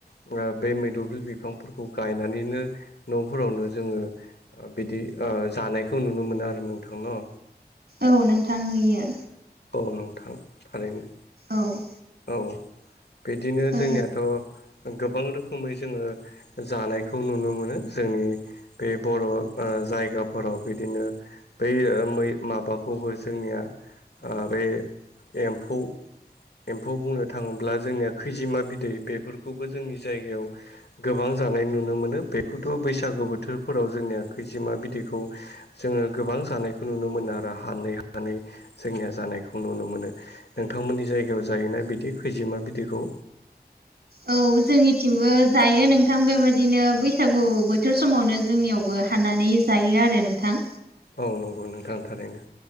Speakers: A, on the left; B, on the right.
A: फोरा बे मैदफल बिफांफोरखौ गायनानैनो न'फोरावनो जोङो बिदि ओ जानायखौ नुनो मोनो आरो नोंथांनाव।
B: औ नोंथां नुयो।
A: औ नोंथां थारैनो।
B: औ।
A: औ बिदिनो
B: ओ
A: जोंनियाथ' गोबां रोखोमै जोङो जानायखौ नुनो मोनो जोंनि बे बर' ओ जायगाफोराव बिदिनो बै ओ मै माबाखौबो जोंनिया ओ बे एम्फौ एम्फौ बुंनो थाङोब्ला जोंनिया खैजिमा बिदै बेफोरखौबो जोंनि जायगायाव गोबां जानाय नुनो मोनो। बेखौथ' बैसागो बोथोरफोराव जोंनिया खैजिमा बिदैखौ जोङो गोबां जानायखौ नुनो मोनो आरो हानै हानै। जोंनिया जानायखौ नुनो मोनो। नोंथांमोननि जायगायाव जायोना बिदि खैजेमा बिदैखौ?
B: औ जोंनिथिंबो जायो नोंथां। बेबादिनो बैसागु बोथोर समावनो जोंनियावबो फाननानै जायो आरो नोंथां।
A: औ नंगौ नोंथांथारैनो।